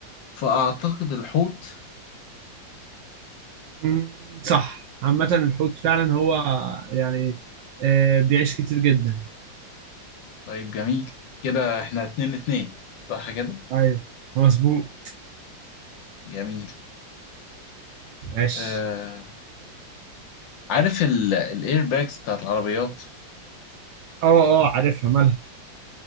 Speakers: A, on the left; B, on the right.
A: فأعتقد الحوت
B: مم. صح عامة الحوت فعلا هو يعني آه بيعيش كتير جدا
A: طيب جميل كده إحنا اتنين اتنين صح كده
B: ايوه مظبوط
A: جميل
B: ماشي
A: أه عارف ال... الإير باجز بتاعت العربيات
B: اه اه عارفها مالها